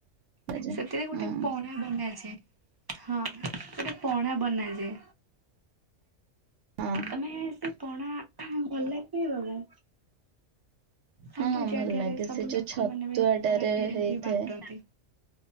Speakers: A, on the right; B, on the right.
A: ଆଜା
B: ସେଥିରେ ଗୋଟେ
A: ହୁଁ
B: ପ ବନାଯାଏ ହଁ ଗୋଟେ ପଣା ବନାଯାଏ।
A: ହଁ
B: ତମେ ସେ ପଣା ଭଲ ଲାଗେ ପିଇବାକୁ? ସବୁ
A: ହଁ
B: ଜାଗାରେ
A: ଭଲ ଲାଗେ
B: ସବୁ
A: ସେ ଯୋଉ
B: ଲୋକମାନେ
A: ଛତୁଆଟାରେ
B: ବି ପଣା ତିଆରି
A: ହେଇଥାଏ।
B: କରି ବାଣ୍ଟନ୍ତି।